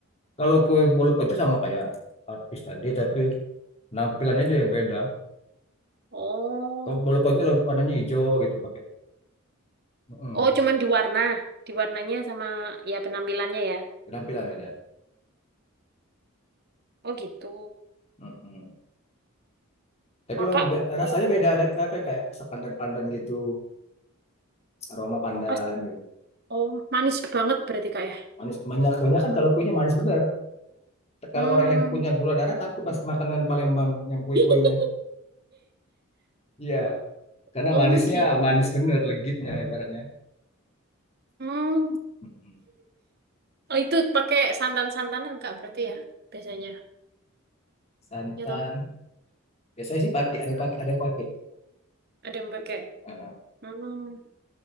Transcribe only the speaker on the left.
Kalau kue bulu kojo sama kayak lapis tadi, tapi penampilannya aja yang beda.
Kalau bulu kojo lo- warnanya hijau gitu pakai. Mm-mm.
Penampilan beda.
Mm-mm. Tapi
memang be- rasanya
beda ada kayak kayak sepandan-pandan gitu, aroma pandan
gitu.
Manis banyak banyak kan kalau kuenya manis bener. Kalau
orang yang punya gula darah takut pas makanan Palembang yang kue-kuenya.
Iya, karena
manisnya
manis bener legitnya Hmm. ibaratnya.
Mm-mm.
Santan.
Biasanya sih pakai, ada yang pakai, ada yang pakai
gitu. Heeh,